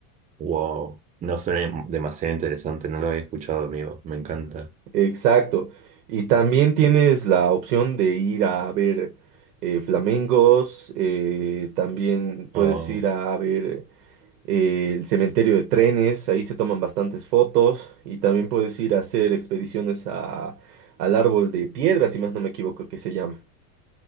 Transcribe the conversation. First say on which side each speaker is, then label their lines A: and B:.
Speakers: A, on the right; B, on the right.
A: wow. No suena demasiado interesante, no lo había escuchado, amigo. Me encanta.
B: Exacto. Y también tienes la opción de ir a ver eh, flamencos, eh, también puedes
A: Oh,
B: ir a ver eh, el cementerio de trenes, ahí se toman bastantes fotos y también puedes ir a hacer expediciones a, al árbol de piedra, si más no me equivoco que se llama.